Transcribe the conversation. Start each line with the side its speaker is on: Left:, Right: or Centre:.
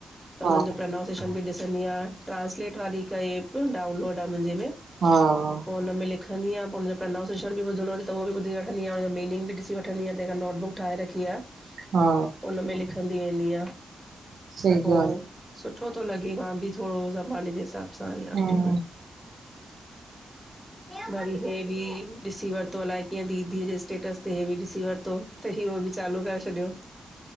Centre: त हुनन
Right: आ
Centre: जो प्रनाउन्सिएशन बि ॾिसंदी आं ट्रांसलेट वारी हिक एप डाउनलोड आ मुंजे में।
Right: हा।
Centre: पो हुन में लिंखदी आ पो प्रनाउन्सिएशन बि ॿुधणो हुजे त अहो बी ॿुधीवठंदी आ मनिंग बि ॾीसी व वठंदीआ तेखा नोटबुक ठाहे रखी आ
Right: हा हा
Centre: हुन में लिखंदी वेंदी आं।
Right: <inaudible>
Centre: पोइ सुठो थो लॻे मां बि थोॾो ज़माने जे हिसाब सांडेट
Right: हम्म
Centre: वरी हे बि ॾिसी वरतो अलाए कीअं दीदीअ जे स्टेटस बि ॾिसी वरतो त बि चालू करे छॾियो